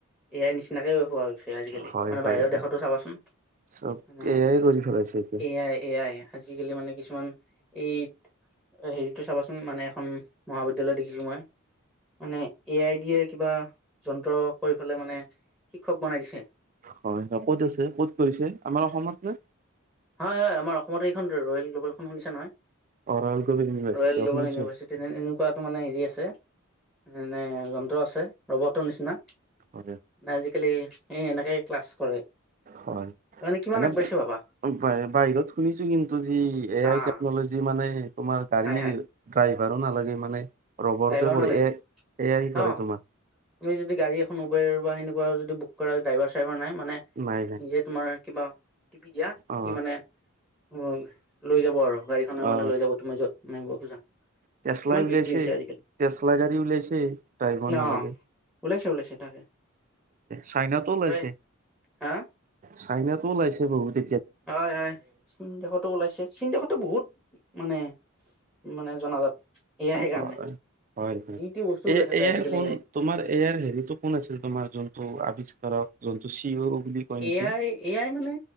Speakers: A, in the centre; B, on the right.
A: এ আই নিচিনাকে ব্যৱহাৰ হৈছে আজিকালি!
B: হয়
A: মানে
B: হয়
A: বাহিৰৰ
B: হয়
A: দেশতো চাবাচোন!
B: চব
A: মানে
B: এ আই কৰি পেলাইছে এতিয়া
A: এ আই, এ আই! আজিকালি মানে কিছুমান এই হেৰিটো চাবাচোন মানে এখন মহাবি বিদ্যালয়, দেখিছোঁ মই, মানে এ আই ডিয়ে কিবা যন্ত্ৰ কৰি পেলাই মানে শিক্ষক বনাই দিছে!
B: হয়, ক'ত আছে? ক'ত কৰিছে? আমাৰ অসমত নে?
A: হয়, হয়! আমাৰ অসমত এইখন ৰয়েল গ্ল'বেলখন শুনিছা নহয়?
B: অ ৰয়েল কবিল ইউনিভাৰ্চিটি
A: ৰয়েল
B: অ
A: গ্ল'বেল
B: শুনিছো
A: ইভাৰ্চিটি! তেনে এনেকুৱা এইটো মানে হেৰি আছে, মানে যন্ত্ৰ আছে ৰবটৰ নিচিনা!
B: হয়
A: নাই আজিকালি এই এনেকে ক্লাছ কৰে
B: হয়
A: মানে কিমান
B: এনে
A: আগবাঢ়িছে ভাবা!
B: বাহিৰত শুনিছোঁ কিন্তু যি এ
A: আহ
B: আই টেকনলজি মানে তোমাৰ গাড়ীৰ
A: হাই হাই
B: ড্ৰাইভাৰো নালাগে মানে ৰবৰটোৱে
A: ড্ৰাইভাৰো
B: কৰে
A: নালাগে
B: এ, এ আই কৰে
A: অ
B: তোমাৰ!
A: তুমি যদি গাড়ী এখন উবেৰ বা সেনেকুৱা যদি বুক কৰা ড্ৰাইভাৰ চাইভাৰ নাই মানে
B: নাই নাই
A: নিজে তোমাৰ কিবা টিপি দিয়া
B: অ
A: সি মানে উম লৈ যাব আৰু! গাড়ীখনে
B: অ
A: মানে লৈ যাব তুমি য'ত নামিব খোজা!
B: টেসলাই
A: কিমান
B: উলিয়াইছে,
A: বৃদ্ধি হৈছে আজিকালি
B: টেসলা গাড়ী ওলাইছে ড্ৰাইভৰ
A: অ
B: নালাগে!
A: ওলাইছে ওলাইছে তাকে
B: চাইনাতো ওলাইছে!
A: হয় হা
B: চাইনাটো ওলাইছে বহুতে!
A: হয়, হয়! চীন দেশতো ওলাইছে! চীন দেশতো বহুত মানে মানে জনাজাত এ আই
B: হয়
A: কাৰণে!
B: হয়!
A: যি টি বস্তু ওলাই
B: এ,
A: থাকে
B: এ
A: আজিকালি
B: আই কোন
A: আইত
B: তোমাৰ এ আইৰ হেৰিটো কোন আছিল, তোমাৰ যোনটো আৱিষ্কাৰক যোনটো চি অ' বুলি? কয় নেকি
A: এ আই, এ আই মানে